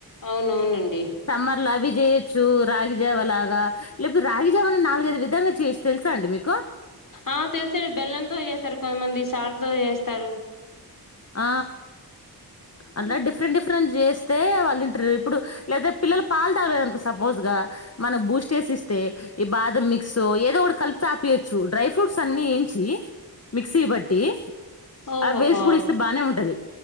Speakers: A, on the left (about 55°); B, on the left (about 40°).
A: అవునవునండి.
B: సమ్మర్ లా అవి చేయొచ్చు. రాగిజావ లాగా లేపుతే రాగిజావాని నాలుగైదు విధలుగా చేస్త తెలుసా అండి మీకు
A: ఆ తెలుసు అండి బెల్లంతో చేస్తారు. కొంతమంది సాల్ట్ తో చేస్తారు
B: ఆ అందులా డిఫరెంట్ డిఫరెంట్ చేస్తే వాళ్ళు ఇంటరు ఇప్పుడు లేదపోతే పిల్లలు పాలు తాగలేదు అనుకో సపోజ్ గా మన బూస్ట్ ఎసి ఇస్తే ఈ బాదం మిక్సో ఏదో ఒకటీ కలిపి తపియొచ్చు డ్రై ఫ్రూట్స్ అన్ని ఏయించి మిక్సీ బట్టి
A: ఓహోహో
B: ఆ వేసి కూడా ఇస్తే బానే ఉంటది